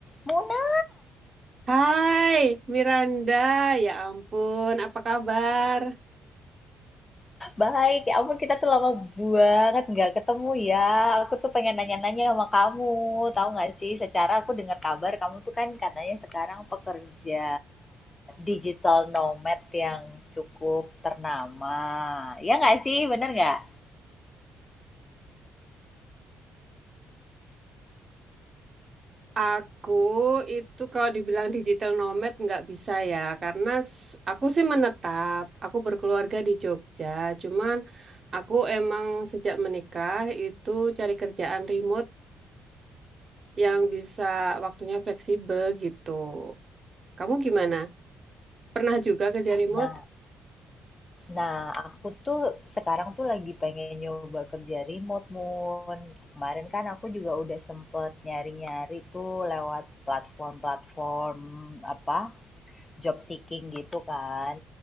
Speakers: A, on the left; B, on the right.
A: Muna,
B: Hai Miranda, ya ampun, apa kabar?
A: baik. Ya ampun, kita tuh lama banget nggak ketemu ya. Aku tuh pengen nanya-nanya sama kamu. Tahu nggak sih, secara aku dengar kabar kamu tuh kan katanya sekarang pekerja digital nomad yang cukup ternama. Ya nggak sih, bener nggak?
B: Aku itu kalau dibilang digital nomad nggak bisa ya, karena s- aku sih menetap, aku berkeluarga di Jogja, cuman aku emang sejak menikah itu cari kerjaan remote yang bisa waktunya fleksibel gitu. Kamu gimana? Pernah juga kerja remote?
A: Nah, nah aku tuh sekarang tuh lagi pengen nyoba kerja remote, Moon. Kemarin kan aku juga udah sempet nyari-nyari tuh lewat platform-platform apa job seeking gitu kan.